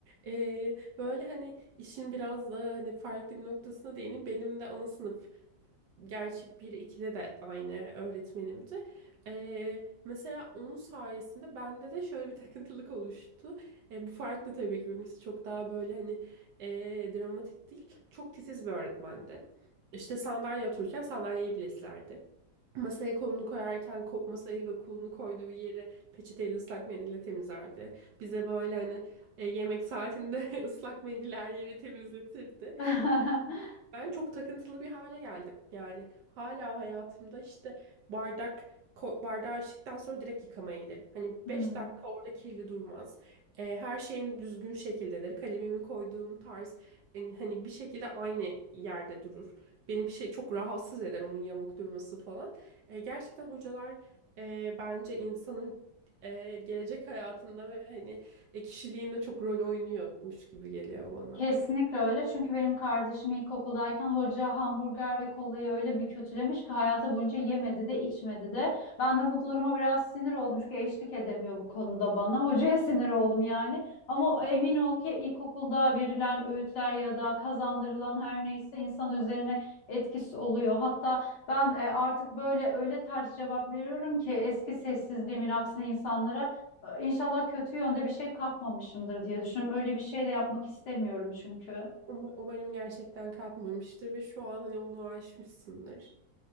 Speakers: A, on the right (about 70°); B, on the left (about 75°).
A: Ee, böyle hani işin biraz da hani farklı bir noktasına değineyim. Benim de ana sınıf Gerçi bir 2de de aynı öğretmenimdi. Ee, mesela onun sayesinde bende de şöyle bir takıntılık oluştu. Ee, bu farklı tabii ki benimkisi çok daha böyle hani ee, dramatik değil. Çok titiz bir öğretmendi. İşte sandalye otururken sandalyeyi bile silerdi. Masaya kolunu koyarken ko masayı ve kolunu koyduğu yeri peçeteyle ıslak mendille temizlerdi. Bize böyle hani e, yemek saatinde <laughs> ıslak mendiller yeri temizletirdi.
B: <laughs>
A: Ben çok takıntılı bir hale geldim. Yani hala hayatımda işte bardak ko- bardağı içtikten sonra direkt yıkamaya giderim. Hani
B: Hmm.
A: 5 dakika orada kirli durmaz. Ee, her şeyim düzgün şekildedir. Kalemimi koyduğum tarz hani, hani bir şekilde aynı yerde durur. Beni bir şey çok rahatsız eder onun yamuk durması falan. Ee, gerçekten hocalar e, bence insanın e, gelecek hayatında ve hani e, kişiliğinde çok rol oynuyormuş gibi geliyor bana.
B: Kesinlikle öyle. Çünkü benim kardeşim ilkokuldayken hoca hamburger ve kolayı öyle bir kötülemiş ki hayatı boyunca yemedi de içmedi de. Ben de bu duruma biraz sinir oldum çünkü eşlik edemiyor bu konuda bana. Hocaya sinir oldum yani. Ama emin ol ki ilkokulda verilen öğütler ya da kazandırılan her neyse insan üzerine etkisi oluyor. Hatta ben e, artık böyle öyle ters cevap veriyorum ki eski sessizliğimin aksine insanlara e, İnşallah kötü yönde bir şey kapmamışımdır diye düşünüyorum. Öyle bir şey de yapmak istemiyorum çünkü.
A: Um- Umarım gerçekten kalkmamıştır ve şu an hani onu aşmışsındır.